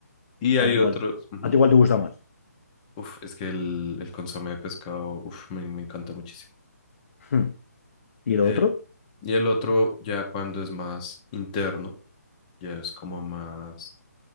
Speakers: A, on the left; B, on the left.
A: Y hay
B: a ti
A: otros,
B: igual,
A: ujú,
B: a ti igual te gusta más.
A: Uf, es que el, el consomé de pescado, uf, me, me encanta muchísimo.
B: Hmm. ¿Y lo
A: Eh,
B: otro?
A: y el otro ya cuando es más interno, ya es como más...